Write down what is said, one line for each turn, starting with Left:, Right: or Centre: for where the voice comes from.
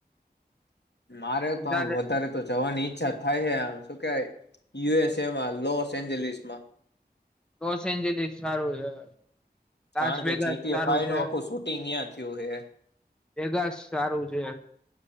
Left: મારે તો આ
Centre: તારે
Left: વધારે તો જવાની ઈચ્છા થાય છે, આમ શ કે યુએસ એમાં લોસ એન્જલસ માં
Centre: લોસ એન્જલસ સારું છે. તાસ
Left: કારણ
Centre: ભેગાસ
Left: કે જીટીએફઆઈ
Centre: સારું છે,
Left: નું આખું શૂટિંગ ત્યાં થયું હે
Centre: ભેગાસ સારું છે.